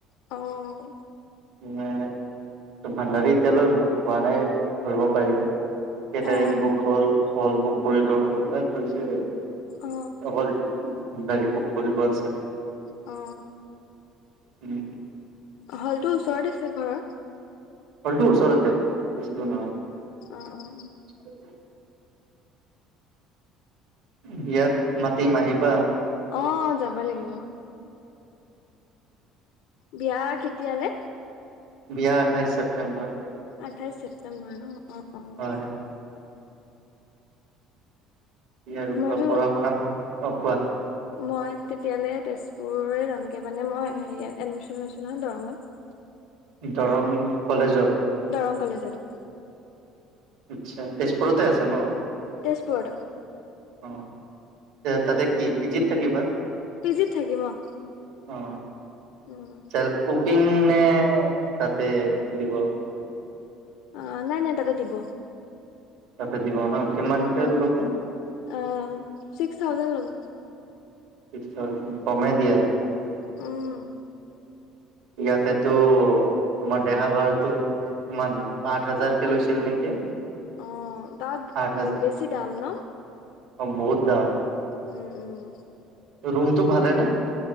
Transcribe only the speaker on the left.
অ অ
অ
অ
অ
হলটো ওচৰত আছে ঘৰ।
অ অ অ।
অ যাব লাগিব। বিয়া কেতিয়ালে?
আঠাইছ ছেপ্তেম্বৰ ন অ অ অ।
মইতো
মই তেতিয়ালে তেজপুৰ যামগে মানে মই হেৰিয়াত এডমিশন লৈছোঁ নহয় দৰংত। <inaudible>
দৰং কলেজত অ।
তেজপুৰত অ।
পি জিত থাকিম অ
উম।
অ নাই নাই তাতে দিব।
উম উম
অ ছিক্স থাউজেণ্ড ল'ব।
উম।
অ তাত
উম
বেছি দাম ন?
উম উম।